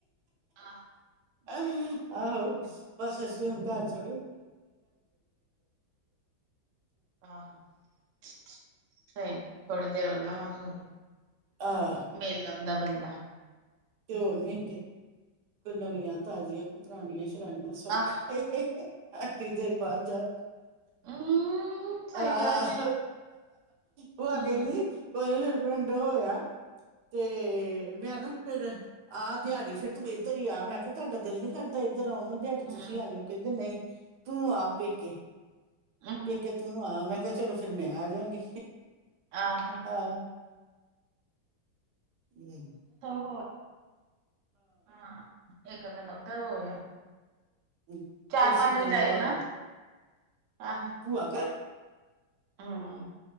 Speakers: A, on the right; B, on the right.
A: ਆਹ
B: ਆਹੋ,
A: ਹਮ
B: ਬਸ ਅਸੀਂ
A: ਹਮ
B: ਹੁਣ ਘਰ ਛੜ <unintelligible>
A: ਆਹਾ, ਸਹੀ ਗੱਲ, ਥੋੜੇ ਦੇਰ ਉਹਨਾ ਵ
B: ਆਹ
A: ਮਿਲ ਲੈਂਦਾ ਬੰਦਾ
B: ਤੇ ਹੋਰ ਨੀ ਤੇੇ ਕੋਈ ਨਵੀਆਂ-ਤਾਜ਼ੀਆਂ, ਕੋਈ ਪੁਰਾਣੀਆਂ ਸੌਖ,
A: ਆਹ
B: ਐਨੀ ਦੇਰ ਬਾਅਦ ਜਾਓ
A: ਹਮ ਸਹੀ
B: ਆਹ,
A: ਗੱਲ ਜੇ
B: ਉਹ ਆ
A: ਹਮ
B: ਗਈ ਸੀ। ਕੋਈ ਨੀ, ਫੇਰ ਪਿੰਡ ਹੋਇਆ ਤੇ ਮੈਂ ਨਾ ਫਿਰ ਆਹ ਦਿਹਾੜੀ ਫਿਰ ਤੂੰ ਇੱਧਰ ਹੀ ਆ, ਮੈਂ ਕਿਹਾ ਤੁਹਾਡਾ ਦਿਲ ਨੀ ਕਰਦਾ ਇਧਰ ਇੱਧਰ ਆਉਣ ਨੂੰ? ਡੈਡੀ
A: ਹਮ
B: ਤੁਸੀਂ ਆ ਜਾਇਓ? ਕਹਿੰਦੇ ਨਹੀਂ ਤੂੰ ਆਪ ਪੇਕੇ
A: ਹਮ
B: ਪੇਕੇ ਤੂੰ ਆ, ਮੈਂ ਕਿਹਾ ਚਲੋ ਫੇਰ ਮੈਂ ਆ ਜਾਂਗੀ।
A: ਆਹ
B: ਆ ਹੂੰ।
A: ਹੋਰ ਹਾਂ <inaudible> ਮਧ ਹੋ
B: ਕੋਈ
A: ਚਾਰ ਪੰਜ
B: ਸੱਦਣ
A: ਵਜੇ
B: ਵਾਲਾ
A: ਆਇਓ ਨਾ
B: ਹੋਵੇ
A: ਆਹੋ
B: ਭੂਆ
A: ਹਾਂ